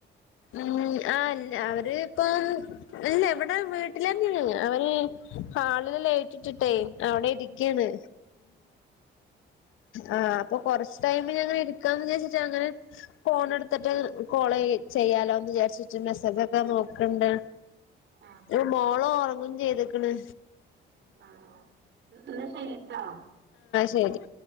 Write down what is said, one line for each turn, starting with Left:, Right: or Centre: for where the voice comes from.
Left: ഉം ആ അവരിപ്പം ഇല്ല ഇവിടെ വീട്ടില് തന്നെയണ് അവര് ഹാളില് ലൈറ്റിട്ടിട്ടേ അവിടെ ഇരിക്കയാണ് ആഹ് അപ്പൊ കൊറച്ച് ടൈമിലിങ്ങ് ഇരിക്കാന്ന് വിചാരിച്ചിട്ടാണ് ഫോണെടുത്തിട്ട് കോളെയ്യും ചെയ്യാലോന്ന് വിചാരിച്ചിട്ടുണ്ട് മെസ്സേജോക്കെ നോക്കണ്ട്
Right: ആഹ്
Left: ഒരു മോള് ഉറങ്ങു ചെയ്തേക്കണ്
Right: ആഹ് എന്നാ ശരിട്ടോ
Left: ശെരി